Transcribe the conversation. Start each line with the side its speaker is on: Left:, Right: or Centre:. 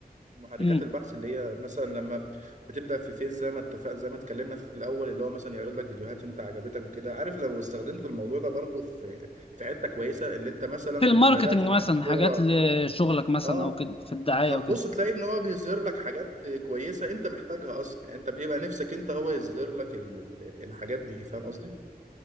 Right: محركات
Left: يعني
Right: البحث اللي هي مثلا لما بتبدأ في فيس زي ما اتفق زي ما اتكلمنا في الأول اللي هو مثلا يعرض لك فيديوهات انت عجبتك وكده عارف لو استخدمت الموضوع ده برضو في في حتة كويسة اللي انت مثلا
Left: في الماركتنج
Right: بد- بدأت ان
Left: مثلا
Right: انت
Left: حاجات
Right: تقرا
Left: لشغلك مثلا
Right: اه
Left: او كده في الدعايه
Right: هتبص
Left: او كده
Right: تلاقي ان هو بيظهر لك حاجات كويسة انت محتاجها اصلا يعني انت بيبقى نفسك انت هو يظهر لك ال- الحاجات دي فاهم قصدي؟